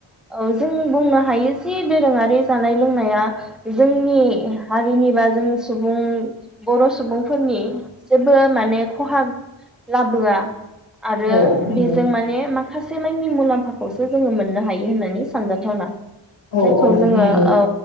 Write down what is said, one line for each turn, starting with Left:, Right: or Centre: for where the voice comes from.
Centre: औ जों बुंनो हायो जि दोरोङारि जानाय लोंनाया जोंनि हारिनि बा जों सुबुं बर' सुबुं फोरनि जेबो माने खहा लाबोआ आरो
Left: औ नंगौ
Centre: बेजों माने मा हासे माइनि मुलाम्फा खौसो जोङो मोननो हायो होननानै सानजा थावना।
Left: औ
Centre: जायखौ
Left: औ
Centre: जोङो
Left: नंगौ
Centre: औ।